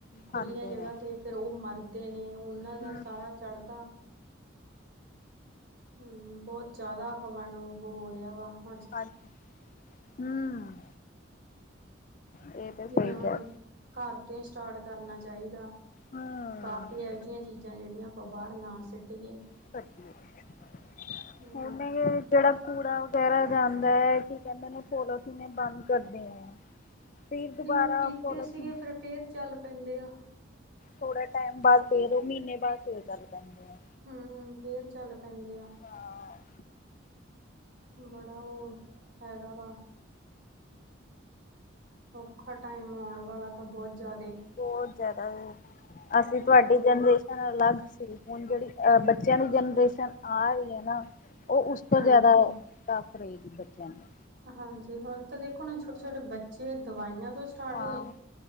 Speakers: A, on the right; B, on the left.
A: ਖੁੱਲੀਆਂ
B: ਹਾਂਜੀ ਹੂੰ
A: ਜਗ੍ਹਾ ਤੇ ਫੇਰ ਓ ਮਰਦੇ ਨੇ ਓਨਾਂ ਦਾ
B: ਹੂੰ
A: ਸਾਰਾ ਚੜ੍ਹਦਾ ਹੂੰ ਬਹੁਤ ਜ਼ਾਦਾ ਹਵਾ ਨੂੰ ਓ ਹੋ ਰੇਆ ਵਾਹ
B: ਹਾਜੀ ਹੂੰ ਇਹ ਤੇ
A: ਜਿਵੇ
B: ਸਹੀ
A: ਹੁਣ
B: ਕਹਿ
A: ਘਰ ਤੋਂ ਈ ਸਟਾਟ ਕਰਨਾ ਚਾਈਦਾ
B: ਹੂੰ
A: ਕਾਫੀ ਏਓ ਜਿਆ ਚੀਜ਼ਾਂ ਜੇੜੀਆਂ ਓ ਬਾਰ ਨਾਂ ਸਟੀਏ।
B: ਸਟੀਏ
A: <inaudible>
B: ਹੁਣ ਏਹ ਜੇੜਾ ਕੂੜਾ ਵਗੈਰਾ ਜਾਂਦਾ ਐ ਕੀ ਕੈਂਦੇ ਨੇ ਪੋਲੋਥੀਨ ਏ ਬੰਦ ਕਰਦੇ ਏ ਫਿਰ ਦੁਬਾਰਾ
A: ਨਹੀਂ ਉਹ ਕੀਤੇ
B: ਪੋਲੋਥੀਨ
A: ਸੀਗੇ ਫਿਰ ਫੇਰ ਚੱਲ ਪੈਂਦੇ ਆ
B: ਥੋੜਾ ਟੈਮ ਬਾਦ ਫੇਰ ਓ ਮੀਨੇ ਬਾਦ ਫਿਰ ਚਲ ਪੈਂਦੇ ਆ।
A: ਹੂੰ ਫੇਰ ਚੱਲ ਪੈਦੇ ਆ।
B: ਹਾਂ
A: ਬੜਾ ਓ ਹੈਗਾ ਵਾ ਔਖਾ ਟਾਈਮ ਆਉਣ ਵਾਲਾ ਤਾਂ ਬੋਤ ਜ਼ਾਦੇ
B: ਬੋਤ ਜ਼ਾਦਾ ਓ ਅਸੀਂ
A: ਹਮ
B: ਤੁਆਡੇ ਜਨਰੇਸ਼ਨ ਅਲੱਗ ਸੀ ਹੁਣ ਜੇੜੀ ਅਹ ਬੱਚਿਆਂ ਦੀ ਜਨਰੇਸ਼ਨ ਆ ਰਹੀ ਐ ਨਾ ਓ ਉਸ ਤੋਂ
A: ਹਾਂਜੀ
B: ਜਾਦਾ ਟਫ ਰਏਗੀ ਬੱਚਿਆਂ ਨੂੰ।
A: ਹਾਂਜੀ ਹੁਣ ਤੇ ਦੇਖੋ ਨਾ ਛੋਟੇ-ਛੋਟੇ ਬੱਚੇ ਦਵਾਈਆਂ ਤੋਂ ਸਟਾਰਟ
B: ਹਾਂ,